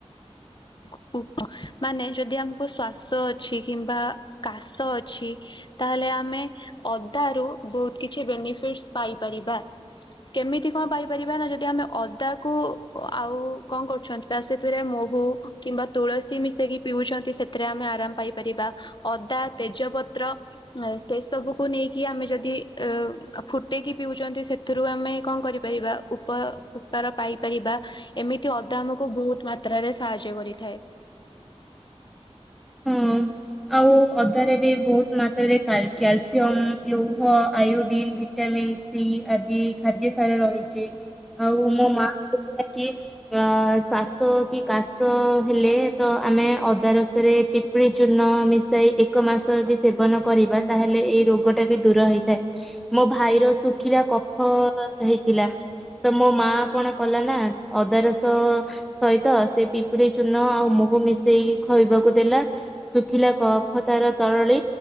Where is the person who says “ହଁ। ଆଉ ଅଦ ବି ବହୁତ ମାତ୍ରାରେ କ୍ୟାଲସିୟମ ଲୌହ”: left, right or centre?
Centre